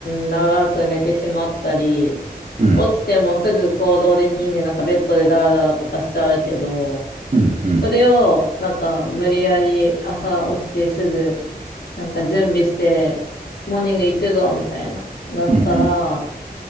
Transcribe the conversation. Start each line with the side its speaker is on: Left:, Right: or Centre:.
Left: ん、長く寝てしまったり、
Right: うん
Left: 起きてもすぐ行動できんで、なんかベッドでダラダラとかしちゃうけど、
Right: うんうん
Left: それを、なんか無理やり朝起きてすぐ、なんか準備して、モーニング行くぞ、みたいな、なったら、
Right: うんうん。